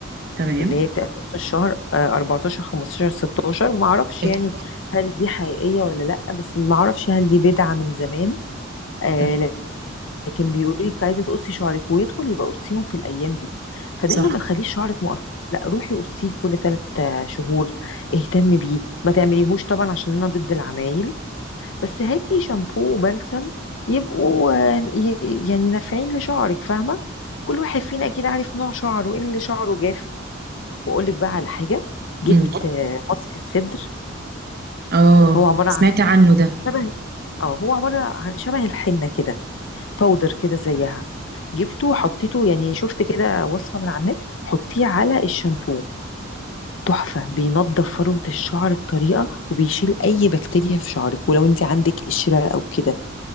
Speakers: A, on the right; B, on the left.
A: تمام
B: اللي هي بتبقى في نص الشهر آه، 14 15 16 ما اعرفش
A: حلو.
B: يعني هل دي حقيقية ولا لا بس ما اعرفش هل دي بدعة من زمان آه
A: مم.
B: لكن بيقولوا لك عايزه تقصي شعرك ويدخل يبقى قصيهم في الايام دي فدايما
A: صح
B: ما تخليش شعرك مقصر لا روحي قصيه كل ثلاث شهور اهتمي بيه ما تعمليهوش طبعا عشان انا ضد العمايل بس هاتي شامبو وبلسم يبقوا آه، ي- يعني نافعين لشعرك فاهمه كل واحد فينا اكيد عارف نوع شعره ايه اللي شعره جاف واقول لك بقى على حاجه جبت
A: امم
B: آه، ماسك الصدر
A: اه
B: هو عباره عن
A: سمعت عنه ده
B: شبه اه هو عباره عن شبه الحنه كده باودر كده زيها جبته حطيته يعني شفت كده وصفة من على النت حطيه على الشامبو تحفة بينضف فروة الشعر بطريقة وبيشيل أي بكتيريا في شعرك ولو أنت عندك قشرة أو كده